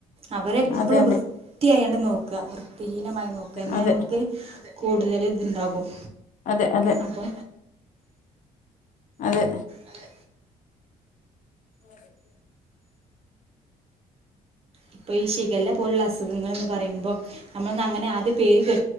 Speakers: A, on the right (about 45°); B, on the left (about 65°).
A: അവരെപ്പഴും
B: അതെ അതെ അതെ
A: വൃ ത്തിയായോണ്ട് നോക്കാ വൃത്തിഹീനമായി നോക്ക ന്നാ
B: അതെ
A: നമക്ക് കൂടുതൽ ഇതുണ്ടാകും.
B: അതെ അതെ
A: അപ്പൊ
B: അതെ
A: അതെ
B: <inaudible>
A: ഇപ്പൊ ഈ ശിഖല്ല പോലുള്ള അസുഖങ്ങൾന്ന് പറയുമ്പോ നമ്മളന്ന് അങ്ങനെ ആദ്യം പേര് കേ